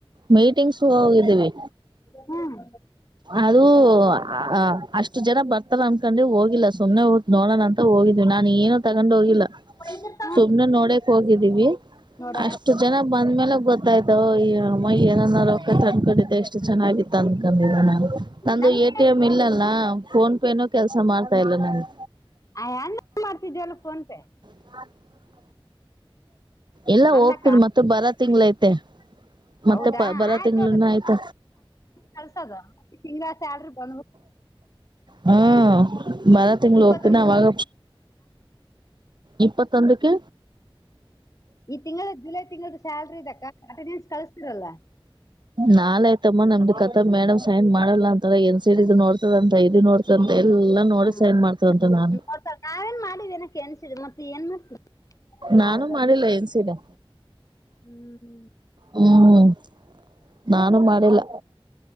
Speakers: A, on the right; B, on the left.
A: ಮೀಟಿಂಗ್ಸ್ ಹೋಗಿದ್ದೀವಿ.
B: ಹ್ಮ್
A: ಅದು ಅ ಅಷ್ಟು ಜನ ಬರ್ತಾರ ಅನ್ಕೊಂಡ್ರೆ ಹೋಗಿಲ್ಲ ಸುಮ್ಮ್ನೆ ಹೋಗದ ನೋಡೋಣ ಅಂತ ಹೋಗಿದ ಇದು ನಾನು ಏನು ತಗೊಂಡ್ ಹೋಗಿಲ್ಲ.
B: ಒ <unintelligible>
A: ಸುಮ್ನೆ ನೋಡಕ್ ಹೋಗಿದ್ದೀವಿ.
B: ನೋಡಕ್
A: ಅಷ್ಟು ಜನ ಬಂದ ಮೇಲೆ ಗೊತ್ತಾಯ್ತವು ಈ ಮೈ ಏನರೋಕ ತಂದ್ಕೊಂಡಿದ್ದೆ ಎಷ್ಟು ಚೆನ್ನಾಗಿತ್ತು ತಂದ್ಕಂಡಿಲ್ಲ ನ ನಂದು
B: ನಮಗೆ
A: ಎ. ಟಿ. ಎಂ ಇಲ್ಲಲ್ಲ ಫೋನ್ ಪೇನೂ ಕೆಲಸ ಮಾಡ್ತಾ ಇಲ್ಲ ನನ್ಗೆ
B: ಐ ಅಣ್ಣ ಮಾಡ್ತಿದವಲ್ಲ ಫೋನ್ ಪೇ
A: ಮ <inaudible> ಎಲ್ಲಾ
B: ಅಲ್ಲಕ್ಕ
A: ಹೋಗ್ತಿವ್ ಮತ್ತ ಬಾರ್ ತಿಂಗ್ಳ ಐತೆ ಮತ್ತೆ
B: ಹೌದಾ
A: ಪ ಬರ
B: ಆಯ್ತು
A: ತಿಂಗ್ಳನ ಆಯ್ತ
B: ಕಳ್ಸೋದತ್ತೆ ತಿಂಗಗಳ ಸ್ಯಲ್ ಬಂದ್ಬ <unintelligible>
A: ಹ್ಮ ಬಾರ ತಿಂಗಗಳು
B: ಇಪ್ಪತ್ತೊಂದು
A: ಹೋಗ್ತೀನೀ ಅವಾಗ ಇಪ್ಪತ್ತೊಂದಕ್ಕೆ.
B: ಈ ತಿಂಗಳ ಜುಲೈ ತಿಂಗಳದ ಸ್ಯಲ್ರಿ ಇದಕ್ಕ ಅಟೆಂಡೆನ್ಸ್ ಕಳಸ್ತಿರಲ್ಲ.
A: ನಾಳೆ ಆಯ್ತಮ್ಮ ನಮ್ದು ಕಥಾ ಮೇಡಮ್ ಸೈನ್ ಮಾಡಲ್ಲ ಅಂತ ಎನ್ ಸಡ್ ಇದು ನೋಡ್ತದ ಅಂತ ಇದು ನೋಡ್ ಎಲ್ಲಾ ನೋಡಿ
B: ಹ್ಮ್.
A: ಸೈನ್ ಮಾಡ್ತದಂತೆ ನಾನು
B: ನೋಡ್ತಾರೆ. ನಾವೇನ್ ಮಾಡೀವಿ ಏನ್ ಕೇನ್ಸಿ ಮತ್ತ ಏನ್ ಮಾಡ್ತೀವಿ
A: ನಾನು
B: ಮಾಡಿದ್ರಮ್ಮ
A: ಮಾಡಿಲ್ಲ ಏನ್ಸನಾ
B: ಹ್ಮ್
A: ಹ್ಮ್ ನಾನು ಮಾಡಿಲ್ಲ?